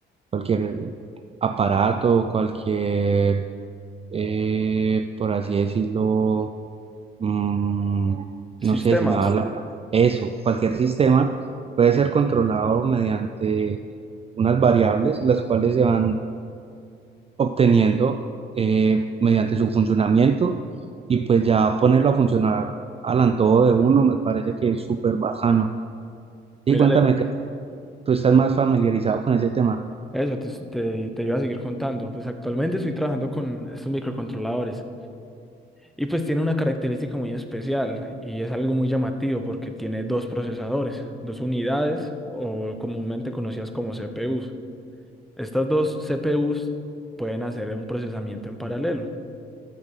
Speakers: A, on the right; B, in the centre.
A: cualquier aparato, cualquier, eh, por así decirlo, mm,
B: Sistemas.
A: no sé, se me va la... Eso, cualquier sistema puede ser controlado mediante unas variables, las cuales se van obteniendo eh, mediante su funcionamiento y pues ya ponerlo a funcionar al antojo de uno me parece que es súper bajano. Y
B: Mira,
A: cuéntame
B: le-
A: que tú estás más familiarizado con ese tema.
B: eso te, te, te iba a seguir contando. Pues actualmente estoy trabajando con estos microcontroladores y pues tiene una característica muy especial y es algo muy llamativo porque tiene dos procesadores, dos unidades o comúnmente conocidas como CPUs. Estas dos CPUs pueden hacer un procesamiento en paralelo.